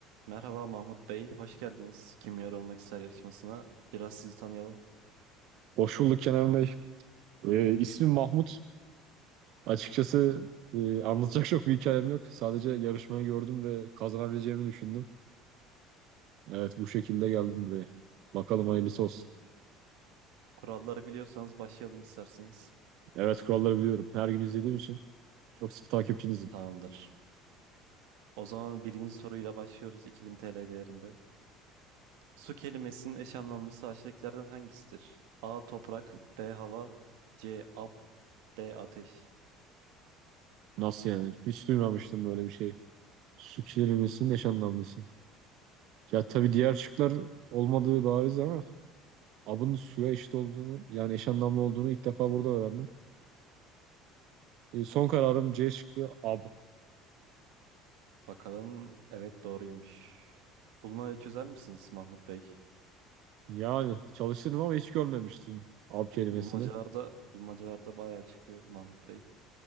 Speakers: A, on the right; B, on the right.
A: Merhaba Mahmut Bey, hoş geldiniz Kimyar Olmak İster yarışmasına. Biraz sizi tanıyalım.
B: Hoş bulduk Kenan Bey. Ee, ismim Mahmut. Açıkçası e, anlatacak çok bir hikayem yok. Sadece yarışmayı gördüm ve kazanabileceğimi düşündüm. Evet bu şekilde geldim buraya. Bakalım hayırlısı olsun.
A: Kuralları biliyorsanız başlayalım isterseniz.
B: Evet kuralları biliyorum. Her gün izlediğim için çok sıkı takipçinizim.
A: Tamamdır. O zaman birinci soruyla başlıyoruz 2000 TL değerinde. Su kelimesinin eş anlamlısı aşağıdakilerden hangisidir? A. Toprak B. Hava C. Ab D. Ateş
B: Nasıl yani? Hiç duymamıştım böyle bir şey. Su kelimesinin eş anlamlısı. Ya tabii diğer şıklar olmadığı bariz ama abın suya eşit olduğunu yani eş anlamlı olduğunu ilk defa burada öğrendim. E, son kararım C şıkkı ab.
A: Bakalım evet doğruymuş. Bulmayı çözer misiniz Mahmut Bey?
B: Yani çalışırım ama hiç görmemiştim ab kelimesini.
A: Bulmacalarda bulmacalarda bayağı çıkıyor Mahmut Bey.